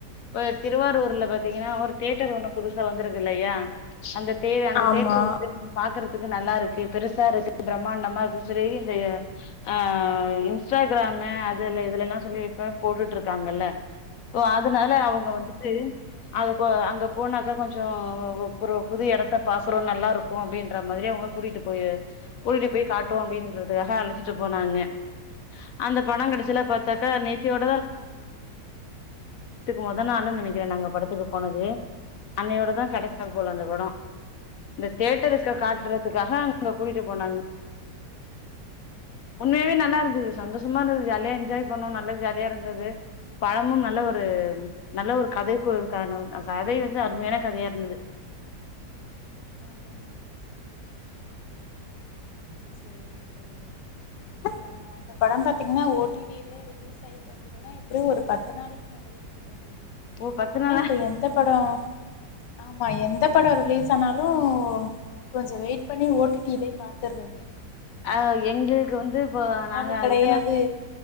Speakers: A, on the left (about 65°); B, on the left (about 90°).
A: ப்ப திருவாரூர்ல பாத்தீங்கன்னா ஒரு தேட்டர் ஒண்ணு புதுசா வந்திருக்கில்லைய அந்த தே அந்த
B: ஆமா
A: தேட்டர் வந்து பாக்கறது க்கு நல்லா இருக்கு பெருசா இருக்கு பிரம்மாண்டமா இருக்கு சரி ஆ இன்ஸ்டாகிராம அ அதுல இதுல எல்லாம் சொல்லி இப்ப போட்டுட்டு இருக்காங்கல்ல ஓ அதுனால அவங்க வந்துட்டு அதுக் இப்போ அங்க போனாக்கா கொஞ்சோ ஓ ஓ ஒரு புது எடத்த பாகுறோம் நல்லா இருக்கும் அப்படின்ற மாறி அவங்க கூட்டிட்டு போய் கூட்டிட்டு போய் காட்டுவோம் அப்டின்றதுகாக அழசிட்டு போனாங்க அந்த பணங் இதுல பாத்தாக்கா நேத்தியோட க்கு முத நாள் நினைக்கேன் நாங்க படத்துக்கு போனது அன்னையோட
B: ம்ஹும்
A: தான் கிடை போல அந்த படம் இந்தட்டரு காட்டுறதுக்காக அங்க கூட்டிட்டு போனாங்க உண்மைய நல்லா இருந்தது சந்தோஷமா இருந்த ஜாலிய என்ஜாய் பண்ணோம் நல்ல ஜாலியா இருந்தது பழமும் நல்ல ஒரு நல்ல ஒரு கதை கதை வந்து அருமையான கதையா இருந்தது
B: ம் ம் சேரி சோழி ம் அந்த படம் பாத்திங்கனா ஒ டி டிலியே ரிலீஸ் ஆய் பாத்தீங்கனா எப்பிடியும் ஒரு பத்து நாளைக்கு மேலையே இருக்குமே
A: ஓ பத்து
B: நாலாம்
A: நாளா
B: இப்ப எந்த படோம் ஆமா எந்த படம் ரிலீஸ் ஆனாலும் கொஞ்சோம் வெயிட் பண்ணி ஓ டி டிலேயே பாதற்றது
A: அஹ் எங்களுக்கு வந்து இப்போ நாங்க
B: ஆளு கெடையாது
A: இதெல்லாம்